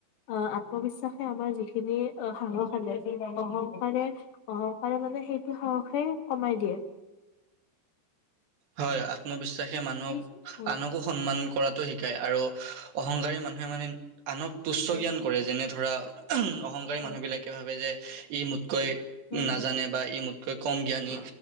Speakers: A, on the left; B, on the right.
A: অ', আত্মবিশ্বাসে আমাৰ, যিখিনি সাহস আনে, অহংকাৰে অহংকাৰে মানে, সেইটো সাহসে কমাই দিয়ে।
B: হয়, আত্মবিশ্বাসে মানুহক
A: উম,
B: আনকো সন্মান কৰাতো শিকায়। আৰু অহংকাৰী মানুহে মানে, আনক তুচ্চ
A: উম,
B: জ্ঞান কৰে, যেনে ধৰা অহংকাৰী
A: উম,
B: মানুহবিলাক ভাবে যে, ই মোতকৈ
A: উম,
B: নাজানে বা ই মোতকৈ কম জ্ঞানী।